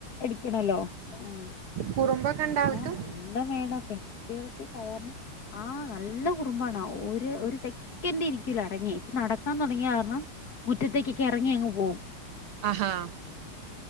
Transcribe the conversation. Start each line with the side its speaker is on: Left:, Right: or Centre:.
Left: എടുക്കണല്ലോ ആഹ്
Right: കുറുമ്പൊക്കെ ഇണ്ട ആൾക്ക്
Left: ഞാ നല്ലമേടാ പെങ്കുട്ടികള് സാധാരണ ആഹ് നല്ല കുറുമ്പാണ് ഒര് ഒര് സെക്കൻഡിരിക്കൂല്ല അടങ്ങി നടക്കാ- തൊടങ്ങിയാരണം മുറ്റത്തേക്കെക്കെ എറങ്ങി അങ്ങ്പോം
Right: ആ ആഹാ